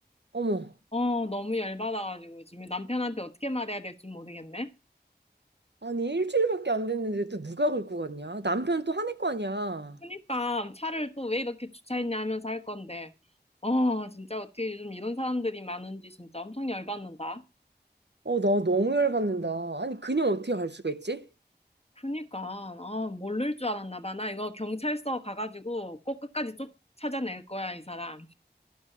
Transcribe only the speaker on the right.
어머.
아니, 일주일밖에 안 됐는데 또 누가 긁고 갔냐? 남편 또 화낼 거 아니야.
어, 나 너무 열받는다. 아니, 그냥 어떻게 갈 수가 있지?